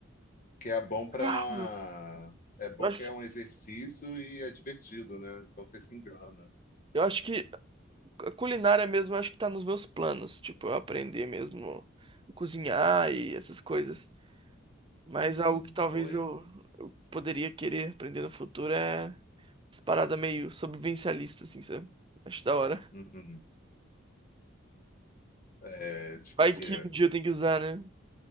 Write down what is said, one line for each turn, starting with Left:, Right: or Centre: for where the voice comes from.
Left: que é bom para,
Right: Ah,
Left: é bom
Right: Eu acho,
Left: que
Right: que-
Left: é um exercício e é divertido, né? Então você se engana.
Right: eu acho que a culinária mesmo, eu acho que tá nos meus planos. Tipo, eu aprender mesmo a cozinhar e essas coisas. Mas
Left: Hum,
Right: algo que talvez
Left: bom, hein?
Right: eu poderia querer aprender no futuro é as paradas meio sobrevivencialista, assim, sabe? Acho da hora.
Left: Uhum. É, tipo
Right: Vai
Left: que,
Right: que um dia eu tenho que usar, né?